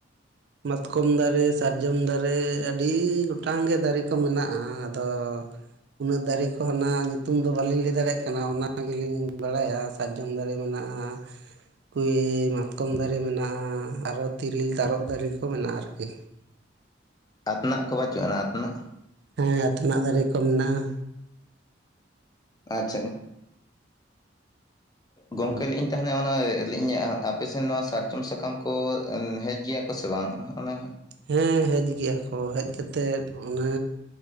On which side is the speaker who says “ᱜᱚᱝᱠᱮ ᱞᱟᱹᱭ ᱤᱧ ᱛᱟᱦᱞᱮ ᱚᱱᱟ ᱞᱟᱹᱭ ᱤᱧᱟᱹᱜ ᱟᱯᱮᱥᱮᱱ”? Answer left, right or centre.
Left